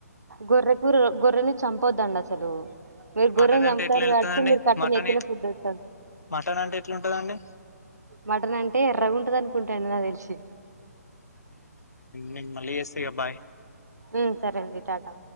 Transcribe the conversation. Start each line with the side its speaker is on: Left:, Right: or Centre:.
Right: గొర్రె కుర గొర్రెని చంపొద్దండి అసలు మీరు
Left: మరి
Right: గుర్రం
Left: మటన్
Right: చంపుతారు
Left: అంటే ఎట్లా వెళ్తుందండి
Right: కాబట్టి మీరు కట్టనెత్తిన
Left: మటన్
Right: ఫుడ్ వస్తంది
Left: మటన్ అంటే ఎట్లా ఉంటదండి
Right: మటన్ అంటే ఎర్ర ఉంటదనుకుంటనండి నా తెలిసి
Left: నేన్ మళ్ళీ యేస్త ఇగ బాయ్
Right: ఊ సరే అండి టాటా